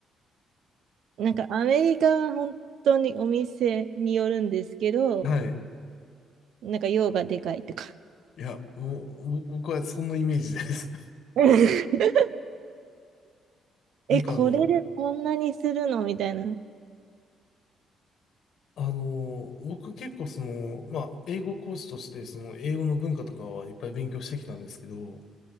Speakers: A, on the right; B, on the left.
A: なんかアメリカは本当にお店によるんですけど、
B: はい。
A: なんか量がでかいとか。
B: いや、もう、ぼ僕はそのイメージです。
A: <laughs>
B: <laughs> なんかあの、
A: え、これでこんなにするのみたいな。
B: あのー僕結構その、まあ、英語講師として、その英語の文化とかはいっぱい勉強してきたんですけど、